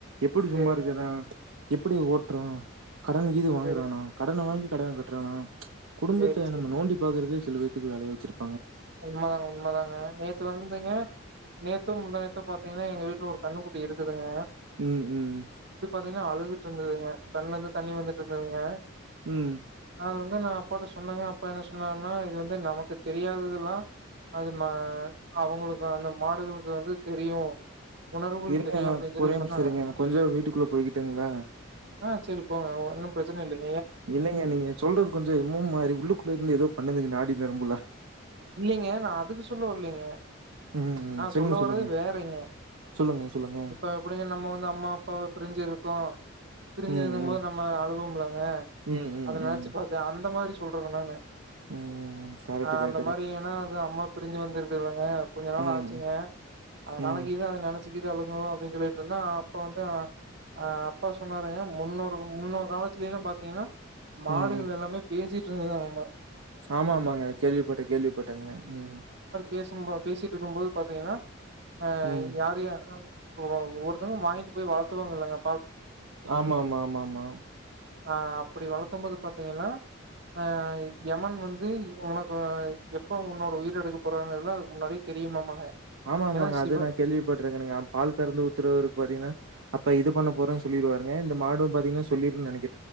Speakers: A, on the right; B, on the right.
A: எப்புடி
B: சேரிங்க
A: சும்மா இருக்குறனா எப்டி ஓட்றோ கடன் கீது வாங்குறானா
B: சேரிங்க
A: கடன வாங்கி கடன கட்றானா குடும்பத்த
B: சேரி சேரி
A: நம்ம நோண்டி பாக்குறதே பேத்துக்கு வேலைய வெச்சிருப்
B: உண்மதாங்க உண்மதாங்க நேத்து வந்துங்க நேத்தோ முந்தாநேத்தோ பாத்திங்னா எங்க வீட்ல ஒரு கண்ணுக்குட்டி இருக்குதுங்க
A: ம் ம்
B: எப்பவுமே அழுதுட்டு இருந்துதுங்க கண்ணுல இருந்து தண்ணி வந்துட்டு இருந்துதுங்க
A: ம்
B: அது வந்து நா அப்பாட்ட சொன்னங்க அப்பா என்ன சொன்னாருனா இது வந்து நமக்கு தெரியாதது அதலா அது மா அவங்களுக்கு அந்த மாடுகளுக்கு வந்து தெரியு உணர்வுகள்
A: இருங்க
B: தெரியு அப்டின்னு சொல்லி
A: ஒரே
B: சொன்னாங்க
A: நிமிஷ இருங்க நா கொஞ்சோ வீட்டுக்குள்ள போயிக்குட்டுங்ளா
B: ஆ செரி போங்க ஒன்னு பிரச்சனை இல்லைங்
A: இல்லைங்க நீங்க சொல்றது கொஞ்ச என்னமோ மாரி உள்ளுக்குள்ள இருந்து ஏதோ பண்ணுதுங்க நாடி நரம்புல்லா
B: இல்லிங்க நா அதுக்கு சொல்ல வல்லிங்க
A: ம் ம்
B: நா
A: சொல்லுங்க
B: சொல்ல வரதே
A: சொல்லுங்க
B: வேறைங்க
A: சொல்லுங்க சொல்லுங்க
B: இப்ப எப்டிங்க நம்ம வந்து அம்மா அப்பாவ பிரிஞ்சு இருக் கோ பிரிஞ்சிருக்கும்
A: ம் ம்
B: போது நம்ம அழுவம்லங்க
A: ம் ம்
B: அத நெனச்சு
A: ம்
B: பாத்த அந்த மாரி சொல்றங்க நானு
A: ம் கரெக்டு
B: ஆ
A: க
B: அந்த மாரி ஏனா அது அம்மாவ பிரிஞ்சு வந்துருக் குதுல்லங்க கொஞ்ச நாள்
A: ம்
B: ஆச்சுங்க அதனால
A: ம்
B: கீது அத நெனச்சு கீது அழுகு அப்டின் சொல்லிட்ருந்தோ அப்ப வந்து அ அப்பா சொன்னாருங்க முன்னோரு முன்னோரு காலத்துலல பாத்திங்னா மாடுகள்
A: ம்
B: எல்லாமே பேசிட் ருந்துதாமா
A: ஆமா ஆமாங்க கேள்விப்பட்ட கேள்விப்பட்டங்க ம்
B: பேசும் பா பேசிட்ருக்கும்போது பாத்திங்கனா அ
A: ம்
B: யாரு யா ஒ ஒவ்வொருத்தங்களு வாங்கிட்டு போய் வளத்துவாங்க இல்லங்க
A: ஆமாமா ஆமாமா
B: ஆ அப்பிடி வளத்தும்போது பாத்திங்கனா அ யமன் வந்து உனக் இப்ப எப்ப உன்னோட உயிர எடுக்க போறங்கறது அதுக்கு முன்னாடியே தெரியுமாமாங்க
A: ஆமா ஆமாங்க
B: ஏன்னா சிவ
A: அது நா கேள்விப்பட்ருக்கனுங்க பால் கறந்து ஊத்துறவருக்கு பாத்திங்னா அப்ப இது பண்ண போறேன் சொல்லிருவாருங்க இந்த மாடும் பாத்திங்னா சொல்லிருன் நெனைக்